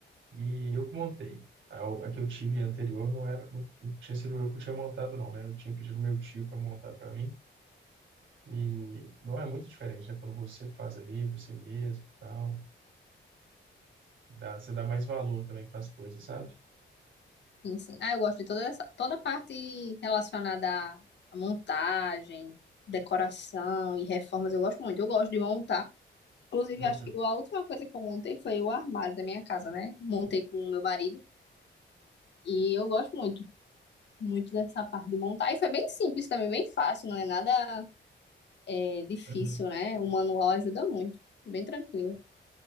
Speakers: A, on the right (about 75°); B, on the left (about 60°).
A: e eu que montei. A, a que eu tive anterior não era, não não tinha sido eu que tinha montado, não, né? Eu tinha pedido meu tio para montar para mim. E não é muito diferente, né? Quando você faz ali, você mesmo, tal, dá, você dá mais valor também para as coisas, sabe?
B: Enfim. Ah, eu gosto de toda essa, toda a parte relacionada à à montagem, decoração e reformas. Eu gosto muito. Eu gosto de montar. Inclusive,
A: Uhum,
B: acho que a última coisa que eu montei foi o armário da minha casa, né? Montei com o meu marido. E eu gosto muito, muito dessa parte de montar. E foi bem simples também, bem fácil, não é nada é, difícil,
A: uhum.
B: né? O manual ajuda muito. Bem tranquilo.